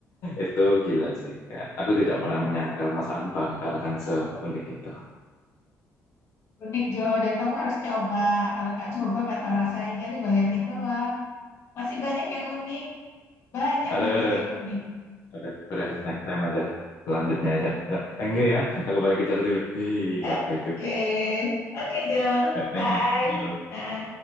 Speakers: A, on the left (about 70°); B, on the left (about 55°).
A: itu gila sih Kayak aku tidak pernah menyangka Mas Anbang karena kan seunik itu
B: Unik Jo, dan kamu harus coba. Kalau nggak coba nggak tahu rasanya. Jadi bayangin doang. Masih banyak yang unik. Banyak
A: aduh
B: banget
A: aduh
B: yang unik.
A: udah udah next time aja lanjutnya aja udah, thank you ya aku balik kerja dulu Ih,
B: Oke.
A: apa itu
B: Oke, Jo.
A: Ya, thank
B: Bye.
A: you
B: Heeh.